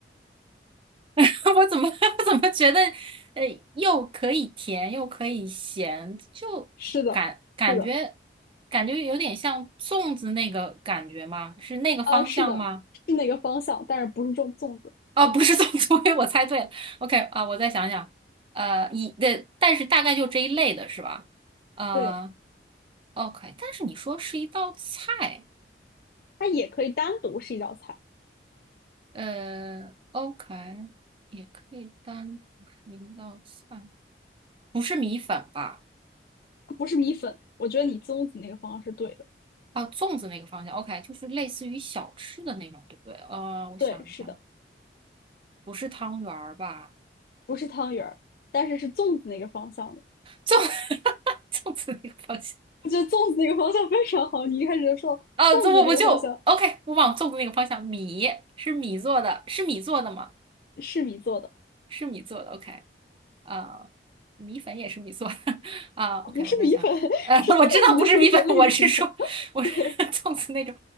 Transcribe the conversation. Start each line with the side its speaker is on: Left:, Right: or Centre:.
Right: <laughs> 我怎么 <laughs> 怎么觉得，呃，又可以甜又可以咸，就感感觉
Left: 是的，是的，
Right: 感觉有点像粽子那个感觉吗？是那个方向吗？
Left: 呃，是的，是那个方向，但是不是种粽子，
Right: 哦，不是粽子，<laughs> 所以我猜对了。OK 啊，我再想想，呃，一对，但是大概就这一类的是吧？呃
Left: 对，
Right: ，OK，但是你说是一道菜，
Left: 它也可以单独是一道菜。
Right: 呃，OK，也可以单独是一道菜，不是米粉吧？
Left: 不是米粉，我觉得你粽子那个方向是对的。
Right: 啊，粽子那个方向，OK，就是类似于小吃的那种，对不对？呃，我想一下，
Left: 对，是的，
Right: 不是汤圆儿吧？
Left: 不是汤圆儿，但是是粽子那个方向的。
Right: 粽 <laughs> 粽子那个方向
Left: 我觉得粽子那个方向非常好。你一开始就说粽子这个方向
Right: 啊，这我我就 OK，我往粽子那个方向，米是米做的，是米做的吗？
Left: 是米做的，
Right: 是米做的，OK，啊，米粉也是米做的 <laughs> 啊，OK，
Left: 不是米粉，
Right: 我在想，
Left: <laughs>
Right: 呃，<laughs>
Left: 是粽子那个类型的。
Right: 我知道不是米粉，我是说我是
Left: <laughs> 对，
Right: <laughs> 粽子那种